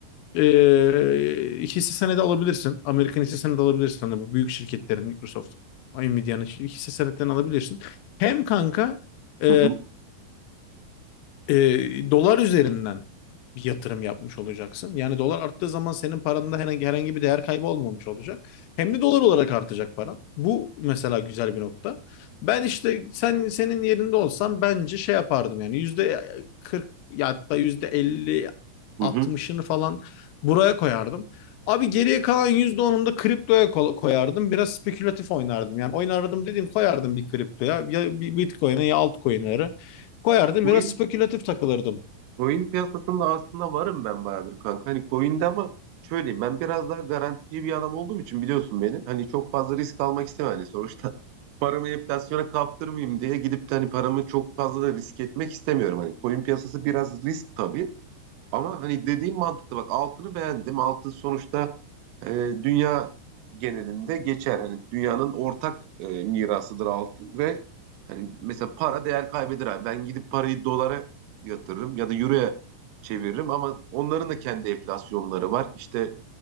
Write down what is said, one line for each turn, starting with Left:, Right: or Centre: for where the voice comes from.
Left: ee, hisse senedi alabilirsin. Amerikan hisse senedi alabilirsin. Hani bu büyük şirketlerin Microsoft, Nvidia'nın hisse senetlerini alabilirsin. Hem kanka e,
Right: hı hı,
Left: e, dolar üzerinden bir yatırım yapmış olacaksın. Yani dolar arttığı zaman senin paranda herhangi herhangi bir değer kaybı olmamış olacak. Hem de dolar olarak artacak paran. Bu mesela güzel bir nokta. Ben işte sen senin yerinde olsam bence şey yapardım yani yüzde 40 ya hatta yüzde 50
Right: hı
Left: 60'ını
Right: hı.
Left: falan buraya koyardım. Abi geriye kalan %10'unu da kriptoya ko- koyardım. Biraz spekülatif oynardım. Yani oynardım dediğim koyardım bir kriptoya. Ya bir Bitcoin'e ya altcoin'lere. Koyardım
Right: Coin,
Left: biraz spekülatif takılırdım.
Right: coin piyasasında aslında varım ben bayağıdır kanka. Hani coin'de ama şöyleyim ben biraz daha garantici bir adam olduğum için biliyorsun beni. Hani çok fazla risk almak istemem. Hani sonuçta <laughs> paramı enflasyona kaptırmayayım diye gidip de hani paramı çok fazla da risk etmek istemiyorum. Hani coin piyasası biraz risk tabii. Ama hani dediğim mantıklı bak altını beğendim. Altın sonuçta e, dünya genelinde geçer. Hani dünyanın ortak e, mirasıdır altın ve hani mesela para değer kaybeder. abi. Ben gidip parayı dolara yatırırım ya da euroya çeviririm ama onların da kendi enflasyonları var. İşte